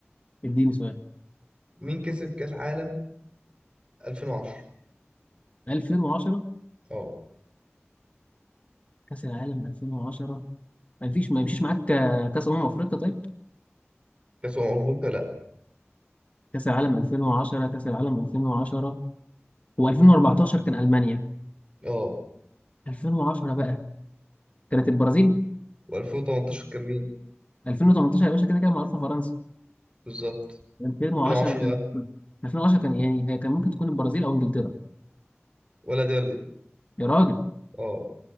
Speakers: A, on the left; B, on the right.
A: اديني سؤال
B: مين كسب كاس عالم 2010
A: 2010
B: اه
A: كأس العالم 2010 ما فيش ما يمشيش معاك آه، كأس أمم أفريقيا طيب
B: كاس امم افريقيا لا
A: كأس العالم 2010 كأس العالم 2010 و2014 كان ألمانيا
B: اه
A: 2010 بقى كانت البرازيل
B: و2018 كان مين
A: 2018 يا باشا كده كده معروفة فرنسا
B: بالظبط
A: 2010
B: 2010
A: كان
B: ده
A: 2010 كان يعني هي كان ممكن تكون البرازيل أو إنجلترا
B: ولا دي ولا دي
A: يا راجل
B: اه